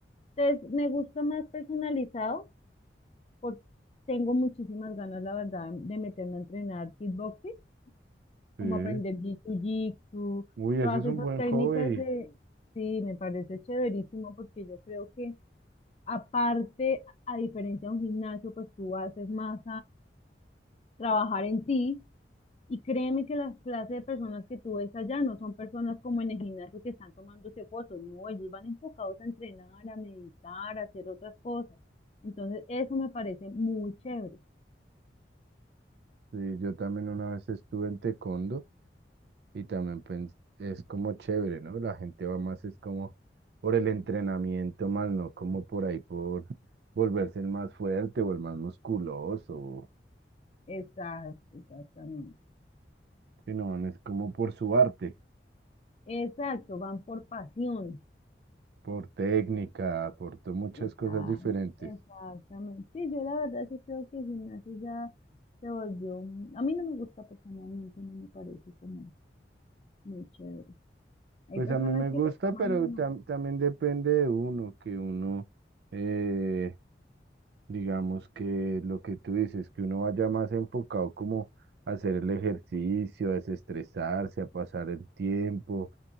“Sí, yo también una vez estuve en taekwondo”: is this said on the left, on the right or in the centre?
Right